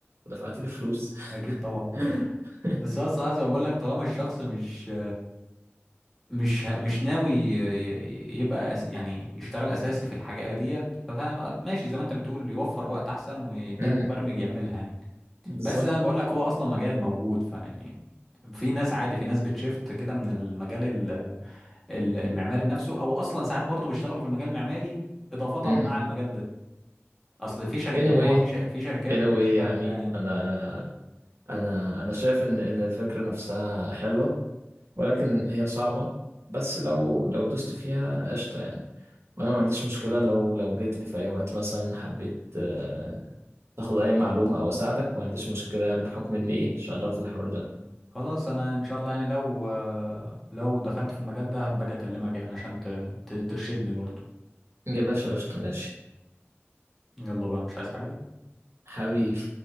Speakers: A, on the right (about 75°); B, in the centre.
A: ودفعت لي فلوس
B: اكيد طبعا
A: <laughs>
B: بس هو الصراحه زي ما بقول لك طالما الشخص مش مش مش ناوي ي- ي- يبقى أس- يعني يشتغل اساسي في الحاجه ديت فماشي زي ما انت بتقول يوفر وقت احسن وده
A: امم
B: المبرمج يعملها يعني
A: بالظبط
B: بس انا بقول لك هو اصلا مجال موجود فيعني في ناس عادي في ناس بتشفت كده من المجال ال- ال- المعماري نفسه او اصلا ساعات برضه بيشتغلوا في المجال المعماري اضافه
A: امم
B: مع المجال ده اصل في شركه
A: anyway
B: يعني هو في ش- في شركات
A: anyway
B: بتشتغل
A: يعني
B: في ده يعني.
A: انا انا انا شايف ان ان الفكرة نفسها حلوة ولكن هي صعبة بس لو لو دوست فيها قشطة يعني وانا ما عنديش مشكلة لو لو جيت لي في اي وقت مثلا حبيت آه، تاخد اي معلومة او اساعدك ما عنديش مشكلة يعني بحكم اني ايه شغال في الحوار ده
B: خلاص انا ان شاء الله يعني لو لو دخلت في المجال ده هبقى اكلمك يعني عشان ت- ت- ترشدني برضو
A: يا باشا قشطة ماشي
B: يلا بقى مش عايز حاجة
A: حبيبي